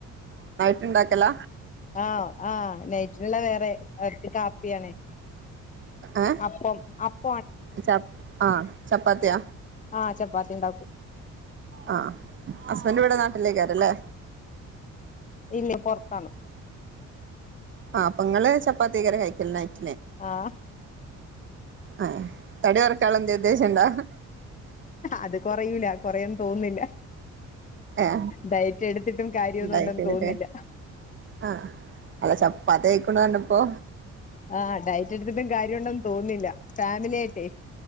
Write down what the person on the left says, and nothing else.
ആ ആ നൈറ്റിനുള്ള വേറെ അവർക്ക് കാപ്പിയാണ്
അപ്പം അപ്
ആഹ് ചപ്പാത്തി ഉണ്ടാക്കും
ഇല്ല പൊറത്താണ്
ആ
അത് കൊറയൂല്ല കൊറയുന്ന് തോന്നുന്നില്ല
ഡയറ്റ് എടുത്തിട്ടും കാര്യമൊന്നും
ഉണ്ടെന്ന്
തോന്നുന്നില്ല
ആ ഡയറ്റ് എടുത്തിട്ടും കാര്യം ഒണ്ടെന്ന് തോന്നുന്നില്ല ഫാമിലിയായിട്ടെ